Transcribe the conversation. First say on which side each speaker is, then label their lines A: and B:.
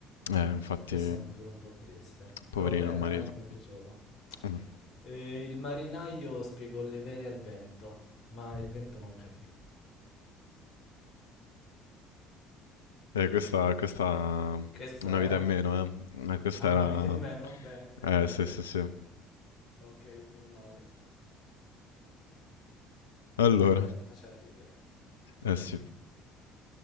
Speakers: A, on the left (about 80°); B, on the left (about 50°).
A: Eh, infatti,
B: Questa è un pure un po' triste,
A: poverino
B: però bella,
A: il marito.
B: eh? Mi è piaciuta.
A: Mm.
B: E il marinaio spiegò le vele al vento, ma il vento non capì.
A: Eh, questa, questa...
B: Questa
A: Una vita
B: è...
A: in meno, eh? Eh, questa
B: Ha una
A: era...
B: vita in meno? Bene, bene,
A: Eh,
B: bene.
A: sì, sì, sì.
B: Ok, meno male.
A: Allora.
B: Eh, faccia ridere.
A: Eh sì.